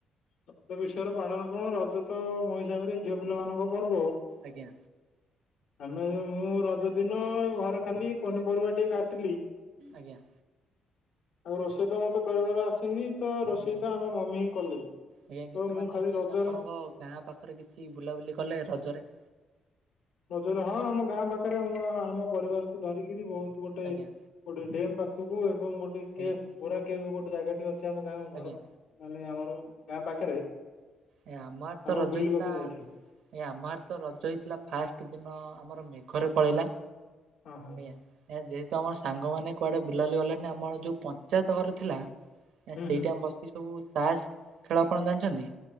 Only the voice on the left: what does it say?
ରକ୍ ବିଷୟର ପାଳନ କଣ ରଜ ତ ମୋ ହିସାବରେ ଝିଅ ପିଲାମାନଙ୍କ ପର୍ବ।
ଆମେ ମୁଁ ରଜଦିନ ଘରେ ଖାଲି ପନିପରିବା ଟିକେ କାଟିଲି।
ଆଉ ରୋଷେଇ ତ ମତେ କରିବାର ଆସନି ତ ରୋଷେଇ
ତ ଆମ ମମି ହିଁ କଲେ।
ତ
ମୁଁ
ଖାଲି
ରଜରେ
ରଜରେ ହଁ ଆମ ଗାଁ ପାଖରେ ମୁଁ ଆମ ପରିବାରକୁ ଧରିକିରି ବହୁତ ଗୋଟେ
ଗୋଟେ ଡ୍ୟାମ୍ ପାଖକୁ ଏବଂ ଗୋଟେ
କେ ବୋରା କେବ ଗୋଟେ ଜାଗା ଟି ଅଛି ଆମ ଗାଁ
ଘର ମାନେ ଆମର ଗାଁ ପାଖରେ।
ଆମେ
ବୁଲିବାକୁ
ଯାଇଥିଲୁ।
ହଁ ହଁ
ହୁଁ
ହୁଁ।